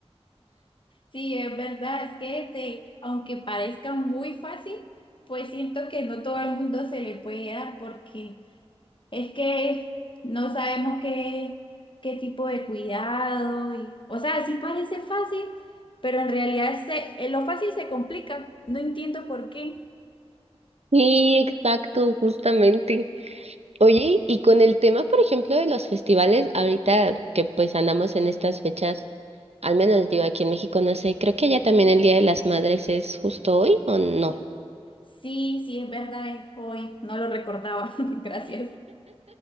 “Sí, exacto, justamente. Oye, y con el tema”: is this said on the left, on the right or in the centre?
Right